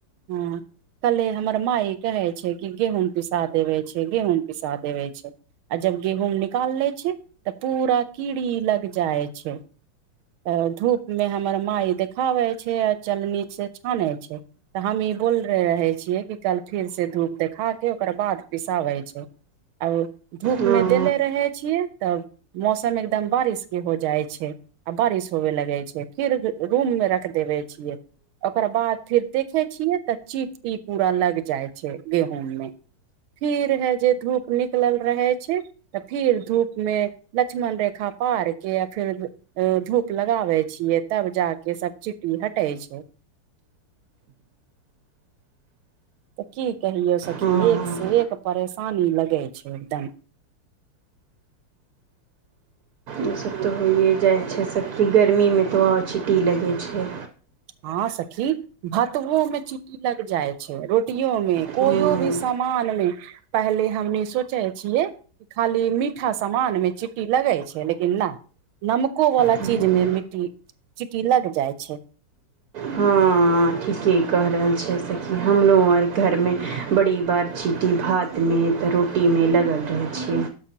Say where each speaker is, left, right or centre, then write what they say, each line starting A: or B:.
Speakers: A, on the right (about 80°); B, on the right (about 60°).
A: हुँ कल्हे हमर माइ कहै छै कि गेहूँम पिसा देवै छै गेहूँम पिसा देवै छै आ जब गेहूँम निकाल ले छै तऽ पूरा कीड़ी लग जाइ छै तऽ धूप मे हमर माय देखाबै छै आ चलनी से छानै छै तऽ हम ई बोले रहै छियै कि कल फेर से धूप देखा केँ ओकर बाद पिसाबै छै आब धूपमे
B: हँ
A: देले रहै छियै तब मौसम एकदम बारिश केँ हो जाइ छै आ बारिश होवे लगे छै फिर रूम मे रख देबे छिये ओकर बाद फिर देखे छियै तऽ चीटी पूरा लग जाय छै गेहूँम मे फिर है जे धूप निकलल रहै छै तऽ फिर धूप मे लक्ष्मन रेखा पार केँ आ फिर ए धूप लगाबै छियै तब जा केँ सभ चिटी हटै छै तऽ की कहियौ सखी
B: हँ
A: एक सँ एक परेशानी लगै छै एकदम
B: उ सब तऽ होइये जाइ छै सखी गर्मीमे तऽ आओर चिटी लगै छै
A: हँ सखी भातबो मे चीटी लग जाइ छै रोटियो मे
B: हँ
A: कोइयो भी सामान मे पहले हमनी सोचै छियै खाली मीठा सामान मे चिट्टी लगै छै लेकिन नाऽ नमको वला
B: हँ
A: चीज मे मिट्टी चिटी लग जाइ छै
B: हँ ठीके क रहल छै सखी हमरो आर घरमे बड़ी बार चीटी भात मे त रोटी मे लगल रहै छी